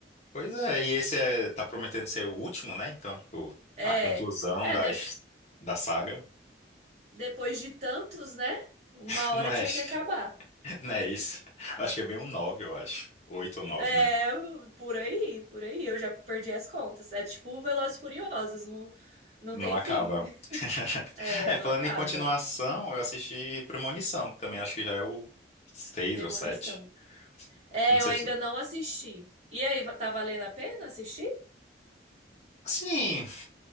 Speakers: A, on the left; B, on the right.
A: Pois é, e esse é... tá prometendo ser o último, né? Então, tipo,
B: É,
A: a conclusão
B: é
A: da,
B: de-
A: his- da saga.
B: depois de tantos, né? Uma
A: <laughs> Não
B: hora
A: é...
B: tinha que acabar.
A: <laughs> não é isso. Acho que é bem um 9, eu acho. Oito ou nove,
B: É,
A: né?
B: por aí, por aí. Eu já perdi as contas. É tipo Velozes e Furiosos, não, não
A: Não
B: tem
A: acaba.
B: fim. <laughs>
A: <laughs>
B: É,
A: É,
B: não
A: falando
B: acaba.
A: em continuação, eu assisti Premonição, que também acho que já é o seis
B: Premonição.
A: ou sete.
B: É,
A: Não sei
B: eu ainda
A: se.
B: não assisti. E aí, va- tá valendo a pena assistir?
A: Sim,